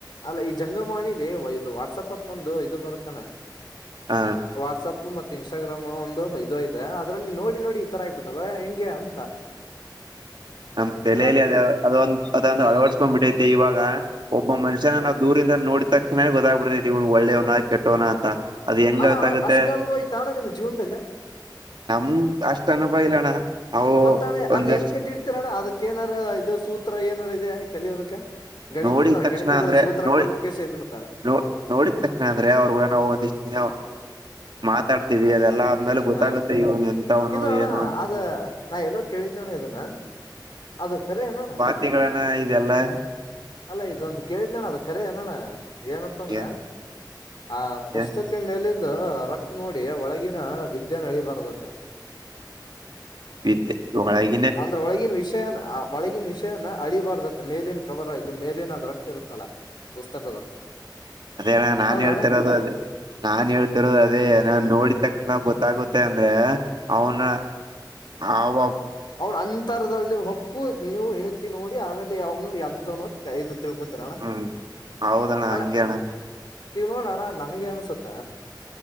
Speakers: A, on the left; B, on the right.
A: ಅಲ್ಲ ಈ ಜಂಗಮಣಿಲಿ ಇದು ವಾಟ್ಸಪ್ ಹತ್ತ ಒಂದು ಇದು ಬರುತ್ತಣ
B: ಹ
A: ವಾಟ್ಸ್ಪ್ ಮ ಮತ್ತುೆ ಇನ್ಸ್ಟಾಗ್ರಾಮ್ ಒಂದು ಇದೆ ಅದ್ರಲ್ಲಿ ನೋಡಿ ನೋಡಿ ಈ ತರ ಆಗ್ಕ್ಬಿಟ್ಟದ ಹೆಂಗೆ ಅಂತ <unintelligible>
B: ನಮ್ ತಲಲಿ
A: ಏನೋ
B: ಅದ ಅದೊಂದು ಅದೊಂದು ಅಳವಡಸ್ಕೊಂಡ್ ಬಿಿಟ್ಟೈತಿ ಇವಾಗ ಒಬ್ಬ ಮನುಷ್ಯನ ದೂರಿಂದ ನೋಡ ತಕ್ಷಣನೇ ಗೊತ್ತಾಗ್ಬಿಡ್ತೈತಿ ಇವ್ನ್ ಒಳ್ಳೇವನ ಕೆಟ್ಟೋನ ಅಂತ ಅದ್ ಹೆಂಗ್
A: ಹಣ್ಣ
B: ಗೊತ್ತಾಗುತ್ತೆ
A: ಅಷ್ಟು ಅನುಭವ ಆಐತ ಅಣ ನಿಮಮ್ಮ ಜೀವನದಲ್ಲ
B: ನಮ ಅಷ್ಟ್ ಅನುಭವ ಇಲ್ಲಣ್ಣ ನಾವು
A: ಮತ್ತ ಅಣ್ಣ
B: ಒಂದ
A: ಅದ್ ಹೆಂಗ್ ಕಂಡ್ ಹಿಡ್ತಿೀರಣ್ಣ ಅದಕ್ಕ ಏನಾರ ಇದು ಸೂತ್ರ ಏನಾರ ಇದೆ ಕಲಿಯೋದಕ್ಕೆ ಗಣಿತತ್ರರ
B: ನೋಡಿದ ತಕ್ಷಣ
A: ಗಣಿತದಲ್ಲಿ
B: ಅಂದ್ರೆ
A: ಸೂತ್ರ
B: ನೋಡಿ
A: ಕಲ್ತಕಷ್ಟೇ ಇದ್ಬಿರ್ತಾರೆ
B: ನೋ ನೋಡಿದ ತಕ್ಷಣ ಅಂದ್ರೆ ಅವ್ರರು ಕೂಡಾವು ಒಂದಿಷ್ಟ ದಿನ ಮಾತಾಡ್ತಿೀವಿ ಅದೆಲ್ಲಾ ಆದ್ಮೇಲೆ ಗೊತ್ತಾಗುತ್ತೆ
A: ಹಾ
B: ಇವನು ಎಂತವನು
A: ಇದು ಅಣ್ಣ
B: ಏನು ಅಂತ
A: ಅದ ನಾ ಎಲ್ಲೋ ಕೇಳಿದ್ನಣ ಇದನ್ನ ಅದು ಕರಿ ಅನೋಣ
B: <unintelligible> ಇದ ಎಲ್ಲಾ
A: ಅಲ್ಲ ಇದೊಂದ ಕೇಳಿದ್ನಣ್ಣ ಅದ ಕರೆ ಏನ್ ಅಣ್ಣ ಏನತ್ತ ಅಂದ್ರ
B: ಏನ್
A: ಆ ಪುಸ್ತಕ
B: ಏನ್
A: ಮೇಲಂದು ರಟ್ ನೋಡಿ ಒಳಗಿನ ವಿದ್ಯ ನಳಿಬಾರದತ್ತ
B: ವಿದ್ಯ <unintelligible>
A: ಅಂದ್ರ ಒಳಗಿನ ವಿಷಯ ಏನು ಒಳಗಿನ ವಿಷಯನ ಅಳಿಬಾರ್ದತ್ತ ಮೇಲಿನ ಕವರ್ ಇದು ಮೇಲಿನ ಅದ ರಟ್ಟ ಇರುತ್ತಲ್ಲ ಪುಸ್ತಕದ
B: ಅದೇ ಅಣ್ಣ ನಾನ್
A: ಹೌದಣ್ಣ
B: ಹೇಳ್ತಿರೋದು ಅದೇ ನಾನ್ ಹೇಳ್ತಿರೋದು ಅದೇ ಏನ್ ನೋಡಿದ ತಕ್ಷಣ ಗೊತ್ತಾಗುತ್ತೆ ಅಂದ್ರೆ ಅವನ ಅವ
A: ಅವ್ನ್ ಅಂತರದಲ್ಲಿ ಹೊಕ್ಕು ನೀವು ಇಣಕಿ ನೋಡಿ ಆಮೇಲೆ ಅವ್ನು ಎಂತನೋತ್ ಕೈದತ್ತ ತಿರುಪತ್ರ ಅಣ್ಣ
B: ಹ್ಮ್ ಹೌದಣ್ಣ
A: ಅಣ್ಣ
B: ಹಂಗೇಣ್ಣ
A: ಈಗ ನೋಡೋಣ ನನಗೆ ಅನ್ಸುತ್ತ.